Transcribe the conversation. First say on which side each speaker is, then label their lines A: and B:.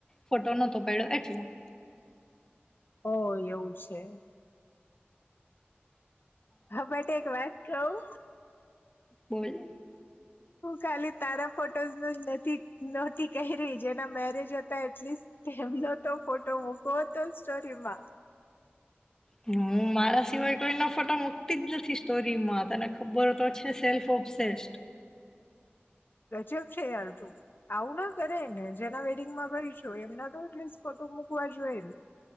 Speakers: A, on the left (about 15°); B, on the left (about 55°).
A: ફોટો નતો પડ્યો એટલે
B: ઓહ એવું છે હા બટ એક વાત કહું
A: બોલ
B: હું ખાલી તારા ફોટોઝ નેજ નહોતી કહી રહી જેના મેરેજ હતા એટલીસ્ટ તેમનો તો ફોટો મૂકવો હતો સ્ટોરીમાં
A: હું હું મારા સિવાય કોઈ ના ફોટા મુકતી જ નથી સ્ટોરીમાં તને ખબર તો છે સેલ્ફ ઓબસેસ્ડ
B: ગજબ છે યાર તું, આવું ના કરાય ને જેના વેડિંગમાં ગય છું એમના તો એટલીસ્ટ ફોટો મૂકવા જોઈ ને.